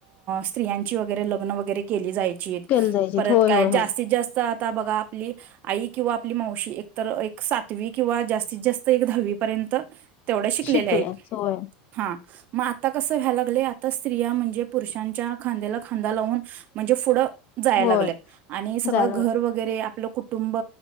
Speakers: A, on the right; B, on the left.
A: स्त्रीया ची लग्न वगैरे केली जायचीत,
B: केलं जायचेत
A: परत
B: होय
A: काय
B: होय
A: तर जास्तीत
B: होय
A: जास्त आता बघा आपली आई किंवा आपली मावशी, एकतर एक सातवी किंवा जास्तीत जास्त एक दहावी पर्यंत. तेवढ्या शिकलेले
B: शिकल्याच
A: आहेत
B: होय
A: हा. मग आता कसं व्हायला लागलय, आता स्त्रिया म्हणजे पुरुषांच्या खांद्याला खांदा लावून म्हणजे पुढं जाय
B: होय
A: लागल्यात, आणि सगळं
B: झालं
A: घर वगैरे आपलं कुटुंब.